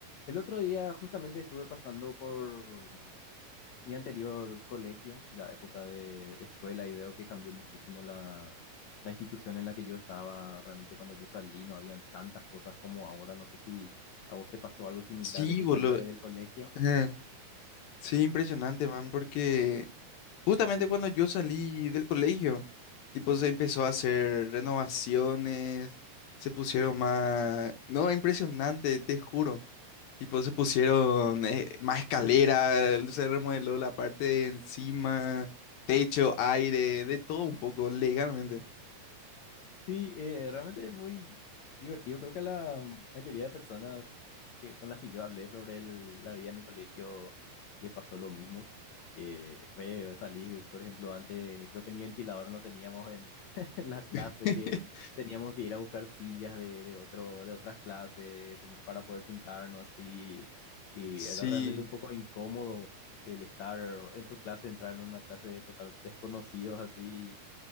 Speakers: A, on the left; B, on the left.
A: El otro día justamente estuve pasando por mi anterior colegio, la época de, de escuela, y veo que cambió muchísimo la, la institución en la que yo estaba. Realmente cuando yo salí no habían tantas cosas como ahora. No sé si a vos te pasó algo similar
B: Sí,
A: de que
B: boludo.
A: saliste del colegio.
B: Ajá. Sí, impresionante, man, porque justamente cuando yo salí del colegio, tipo, se empezó a hacer renovaciones, se pusieron más... No, impresionante, te juro. Tipo, se pusieron eh, más escaleras, se remodeló la parte de encima, techo, aire, de todo un poco, legalmente.
A: Sí, eh, realmente es muy divertido. Creo que la mayoría de personas que- con las que yo hablé sobre el- la vida en el colegio les pasó lo mismo. Que eh, salí, por ejemplo, antes creo que ni ventilador no teníamos en, <laughs> en la clase,
B: <laughs>
A: que teníamos que ir a buscar sillas de, de otro, de otras clases ten- para poder sentarnos así. Y era
B: Sí,
A: realmente un poco incómodo el estar en tu clase, entrar en una clase de total desconocidos así,